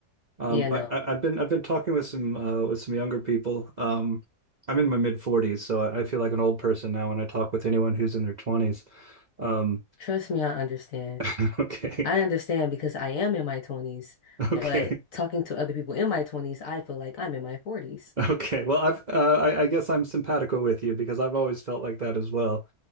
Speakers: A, on the right; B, on the left.
A: Um,
B: Yeah, no.
A: I, I- have been I've been talking with some uh, with some younger people. Um, I'm in my mid 40s, so I I feel like an old person now when I talk with anyone who's in their 20s. Um,
B: Trust me, I understand.
A: <laughs> okay,
B: I understand because I am in my 20s, but
A: okay,
B: talking to other people in my 20s, I feel like I'm in my 40s.
A: okay. Well, I've uh, I, I guess I'm simpatico with you because I've always felt like that as well.